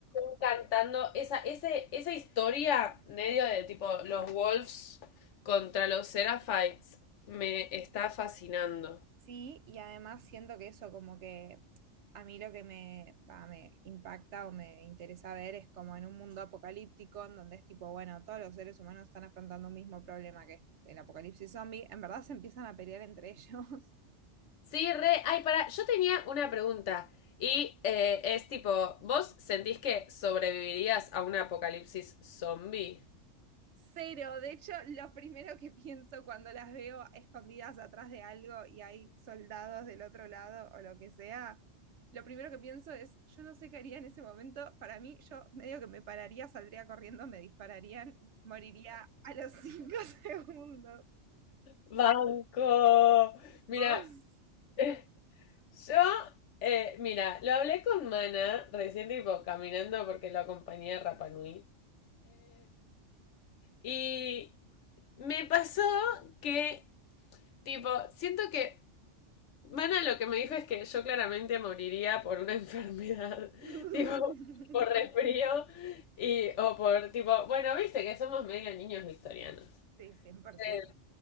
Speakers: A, on the left; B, on the right.
A: encantando esa, ese, esa historia medio de tipo los Wolves contra los Seraphites. Me está fascinando.
B: Sí, y además siento que eso como que a mí lo que me, va, me impacta o me interesa ver es como en un mundo apocalíptico en donde es tipo, bueno, todos los seres humanos están afrontando un mismo problema que es el apocalipsis zombie, en verdad se empiezan a pelear entre <laughs> ellos
A: Sí, re. Ay, para. Yo tenía una pregunta. Y eh, es tipo, ¿vos sentís que sobrevivirías a un apocalipsis zombie?
B: Cero, de hecho, lo primero que pienso cuando las veo escondidas atrás de algo y hay soldados del otro lado o lo que sea, lo primero que pienso es, yo no sé qué haría en ese momento, para mí yo medio que me pararía, saldría corriendo, me dispararían y moriría a los cinco <laughs> segundos.
A: Banco. Mira,
B: ¿Vos?
A: <laughs> yo, eh, mira, lo hablé con Mana recién tipo caminando porque lo acompañé a Rapanui. y Me pasó que, tipo, siento que Mana lo que me dijo es que yo claramente moriría por una enfermedad,
B: <laughs>
A: <laughs> tipo, por resfrío y, o por, tipo, bueno, viste que somos medio niños victorianos.
B: Sí, cien por
A: Eh,
B: ciento